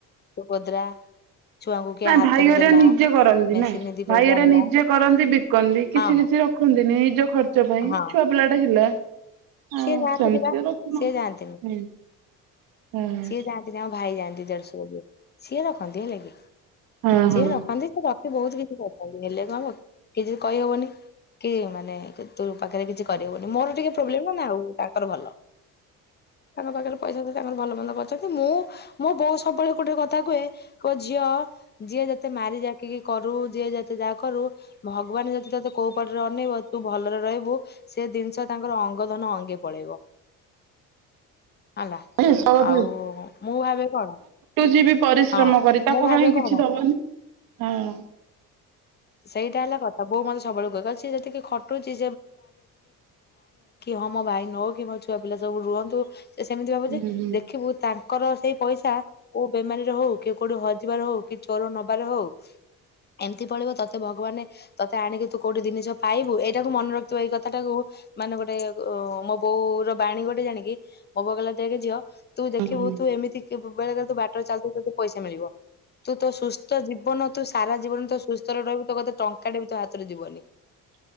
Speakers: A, on the left; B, on the right.
A: ସୁଭଦ୍ରା ଛୁଆଙ୍କୁ କିଏ
B: ନାଇ
A: ହାତରେ
B: ଭାଇଘରେ
A: ଦେଲା
B: ନିଜେ କରନ୍ତି
A: ମେସିନ
B: ନାଇ
A: ଦି ପଇସା
B: ଭାଇଘରେ
A: ହେଲା
B: ନିଜେ କରନ୍ତି ବିକନ୍ତି
A: ହଁ
B: କିଛି କିଛି ରଖନ୍ତି। ନିଜ ଖର୍ଚ୍ଚ ପାଇଁ
A: ହଁ ହଁ
B: ଛୁଆ ପିଲା ଟା ହେଲା। ଆଉ
A: ସିଏ ଯାଆନ୍ତିନି
B: ସେମିତି
A: ବା
B: ରଖିନ
A: ସିଏ ଯାଆନ୍ତିନି।
B: ହଁ ହଁ ହଁ।
A: ସିଏ ଯାଆନ୍ତିନି ଆ ଭାଇ ଯାଆନ୍ତି ଦେଢ଼ଶୁର। ସିଏ ରଖନ୍ତି ହେଲେ କି
B: ହଁ
A: ସିଏ
B: ହଁ
A: ରଖନ୍ତି ସେ ରଖି ବହୁତ କିଛି କଥା ହେଲେ କଣ କିଛି କହିହବନି। କି ମାନେ ତୁ ପାଖରେ କିଛି କରବନି ମୋର ଟିକେ ପ୍ରୋବ୍ଲେମ ନା ଆଉ ତାଙ୍କର ଭଲ। ତାଙ୍କ ପାଖରେ ପଇସା ଦେଇ ତାଙ୍କର ଭଲ କରିଛନ୍ତି ମୁଁ ମୋ ବୋଉ ସବୁବେଳେ ଗୋଟେ କଥା କୁହେ କୋ ଝିଅ ଯିଏ ଯେତେ ମାରିଯାଏ କି କି କରୁ ଯିଏ ଯତେ ଯାହା କରୁ ଭଗବାନ ଯଦି ତତେ କୋଉ ପଟରେ ଅନେଇବ ତୁ ଭଲରେ ରହିବୁ ସେ ଜିନିଷ ତାଙ୍କର ଅଙ୍ଗ ଧନ ଅଙ୍ଗେ ପଳେଇବ। ହେଲା
B: ିସ <unintelligible>
A: ଆଉ ମୁଁ ଭାବେ କଣ?
B: ଯିବି ପରିଶ୍ରମ
A: ହଁ
B: କରି ତାକୁ
A: ମୁଁ ଭାବେ
B: କାଇହିଁ କିଛି
A: କଣ
B: ଦବନି ହଁ।
A: ସେଇଟା ହେଲା କଥା ବୋଉ ମତେ ସବୁବେଳଳେ କହେ ସେ ଯେତିକି ଖଟୁଛି ହଁ ମୋ ଭାଇ ନଉ କି ମୋ ଛୁଆ ପିଲା ସବୁ ରୁହନ୍ତୁ ସେ ସେମିତି ଭାବୁ
B: ହୁଁ
A: ଯେ
B: ହୁଁ
A: ଦେଖିବୁ ତାଙ୍କ ତାଙ୍କର ସେଇ ପଇସା କୋଉ ବେମାରୀରେ ହଉ, କି କୋଉଠି ହଜିବାରେ ହଉ କି, ଚୋର ନବାରେ ହଉ ଏମିତି ପଳେଇବ ତ ମତେ ଭଗବାନ ତତେ ଆଣିକି ତୁ କୋଉଠି ଜିନିଷ ପାଇବୁ ଏଇଟାକୁ ମନେ ରଖଥିବ ଏଇ କଥାଟାକୁ ମାନେ ଗୋଟେ ମୋ ବୋଉ ର ବାଣୀ ଗୋଟେ ଜାଣିକି ମୋ ବୋଉ କହିଲା ଦେଖେ ଝିଅ ତୁ ଦେଖିବୁ
B: ହୁଁ
A: ତୁ ଏମିତି ବେଳେ ତୁ ବାଟରେ ଚାଲୁଥିବୁ ତତେ ପଇସା ମିଳିବ। ତୁ ତୋ ସୁସ୍ଥ ଜୀବନ ତୁ ସାରା ଜୀବନ ତ ସୁସ୍ଥରେ ରହିବୁ ତୋ କଥା ଟଙ୍କା ଟେ ବି ତୋ ହାତରୁ ଯିବନି।